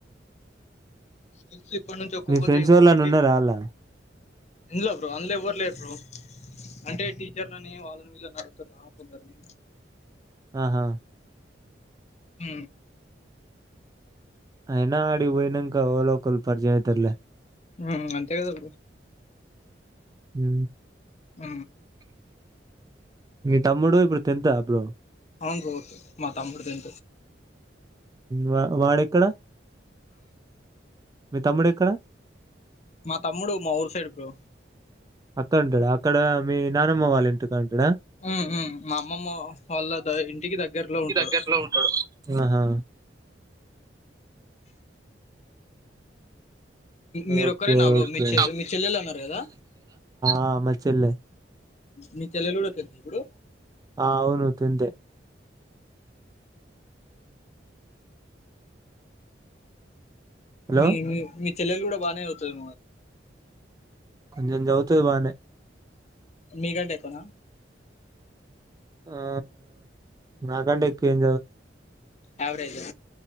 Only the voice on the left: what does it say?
స్కిల్స్ ఇప్పటి నుంచి ఒక్కొక్కటి
ఒక్కొక్కటి
ఇందులో బ్రో అందులో ఎవ్వరు లేరు బ్రో అంటే టీచర్లని వాళ్ళని వీళ్ళని అడుగుతున్నా కొందరిని
హ
హ్మ్ అంతే కదా బ్రో
ఊ
అవును మా తమ్ముడుదం
మా తమ్ముడు మా ఊరు సైడ్ బ్రో
ఉ ఉ మా అమ్మమ్మ వాళ్ళ ద ఇంటికి దగ్ దగ్గరలో
ఉంటాడు
మీరొక్కరేనా
బ్రో
మీ చె మీ చెల్లెలు అన్నారు కదా
మీ చెల్లెలు కూడా పెద్ద ఇప్పుడు
మీ మీ మీ చెల్లెలు కూడా బానే అవుతది
మీ కంటే ఎక్కువనా
యావరేజా